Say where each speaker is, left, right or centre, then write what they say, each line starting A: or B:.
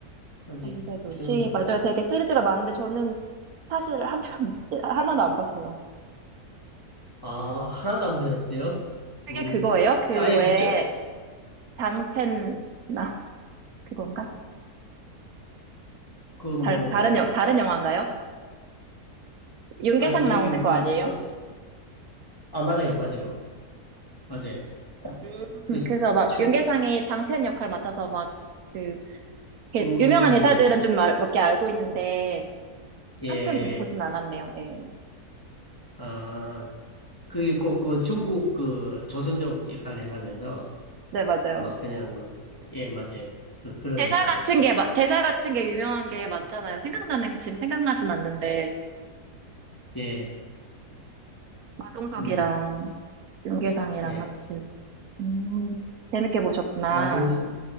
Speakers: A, on the left; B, on the right.
A: 아직
B: 범죄도시.
A: 저는 그
B: 맞아요. 되게 시리즈가 많은데 저는 사실 한 편, <laughs> 하나도 안 봤어요.
A: 아, 하나도 안 보셨어요?
B: 그게
A: 음,
B: 그거예요?
A: 그러니까
B: 그
A: 아예
B: 왜
A: 그쪽,
B: 장첸, 나, 그건가?
A: 그 뭐,
B: 잘, 다른, 영, 다른 영화인가요? 윤계상
A: 아니, 저기
B: 나오는
A: 우리
B: 거 아니에요?
A: 처, 아, 맞아요, 맞아요, 맞아요.
B: 음,
A: 그,
B: 그래서 막
A: 처,
B: 윤계상이 장첸 역할 맡아서 막 그, 이렇게
A: 음,
B: 유명한 대사들은 좀 몇 개 알고 있는데,
A: 예,
B: 한
A: 예.
B: 편도 보진 않았네요. 예.
A: 아, 그게 꼭 그 중국 그 조선족 역할을 해가면서
B: 네, 맞아요.
A: 막 그냥 그, 예, 맞아요. 그, 그런
B: 대사
A: 영화였죠.
B: 같은 게, 마- 대사 같은 게 유명한 게 많잖아요. 생각나는, 지금 생각나진 않는데,
A: 예,
B: 마동석이랑
A: 음,
B: 윤계상이랑
A: 예.
B: 같이. 음, 재밌게 보셨구나.
A: 마동석,